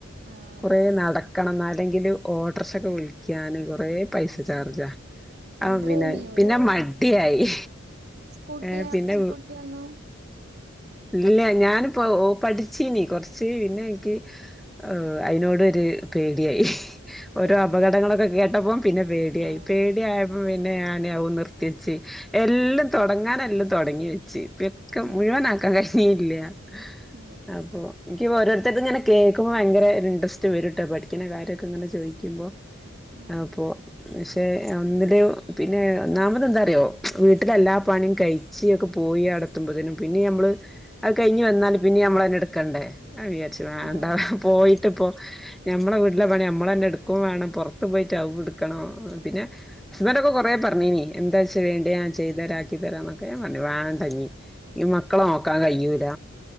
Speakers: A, on the right; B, in the centre.
A: ആഹ്
B: കൊറേ നടക്കണം എന്നല്ലെങ്കില് ഓട്ടർ ക്ഷക്കെ വിളിക്കാന് കൊറേ പൈസ ചാർജ
A: ഉം
B: ആ
A: ഡ്രൈവ്
B: പിന്നെ
A: ചെയ്യൂലേ
B: പിന്നെ മട്യായി.
A: സ്കൂട്ടിയ
B: ഏ പിന്നെ
A: സ്കൂട്ടിയൊന്നും
B: ഇല്ല ഞാന്പ്പോ ഓ പഠ്ച്ചീനി. കൊർച്ച് പിന്നെ ഇൻക്കീ. ഒ ഐനോടൊരു പോടിയി.
A: അതെ
B: ഓരോ അപകടങ്ങളൊക്കെ കേട്ട പ്പം പിന്നെ പേടിയായി
A: ആഹ്
B: പേടിയായപ്പം
A: അതെ
B: പിന്നെ ഞന് അതും നിർ ത്തെച്ച് എല്ലാം തൊടങ്ങാന് എല്ലാം തൊടങ്ങി വെച്ച്. പിന്നൊക്കെ
A: ആഹ്
B: മുഴുവനാക്കാൻ കഴിഞ്ഞീ- ല്യ ഹെ
A: അതെ
B: അപ്പൊ ഇപ്പോ ഓരോര്ത്തര്ത്ങ്ങനെ കേക്കുമ്പോ ഭയങ്കര ഇൻട്രസ്റ്റ് വരുട്ടൊ പഠിക്ക്ണ കാര്യൊക്കങ്ങനെ ചോയ്ക്യുമ്പൊ.
A: ആഹ്
B: അപ്പോ. <unintelligible> ഒന്നില് പിന്നെ ഒന്നാമതെന്താറിയോ വീട്ടിലെ എല്ലാ പണിയും കഴി ച്ചിയൊക്കെ പോയി അവിടെത്തുമ്പോത്തിനും പിന്നിം അമ്മള്. അത് കഴിഞ്ഞ് വന്നാല് പിന്നിം നമ്മളന്നെട്ക്കണ്ടേ ഞാൻ വിചാര് ച്ച് വാണ്ട
A: ആഹ്
B: പോയിട്ട്പ്പോ ഞമ്മളെ വീട്ടിലെ പണി നമ്മളൊന്നെ ഇട്ക്കും വാണം. പൊർത്ത് പോയി സ്റ്റൗ ആടുകണം പിന്നെ. ഹസ്ബൻറക്കെ കൊറെ പറഞ്ഞീനി എന്താച്ചൊയണ്ടി ഞാൻ ചെയ്തരാ ആക്കിത്തരാ എന്നൊക്കെ. പറഞ്ഞി വാണ്ടഞ്ഞി
A: ആഹ്
B: ഈ മക്ക ളെ നോക്കാൻ കയ്യൂല